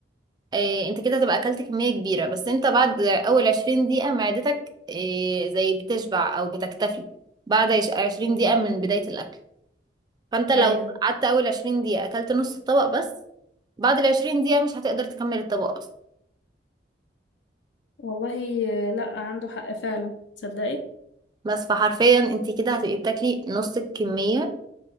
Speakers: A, on the right; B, on the left.
A: آه، انت كده هتبقى اكلت كمية كبيرة بس انت بعد اول 20 دقيقة معدتك آه، زي بتشبع او بتكتفي بعد عش- 20 دقيقة من بداية الاكل فانت لو
B: ايوه
A: قعدت اول 20 دقيقة اكلت نص الطبق بس بعد ال 20 دقيقة مش هتقدر تكمل الطبق اصلا
B: والله آه، لا عنده حق فعلا تصدقي
A: بس فحرفيا انت كده هتبقي بتاكلي نص الكمية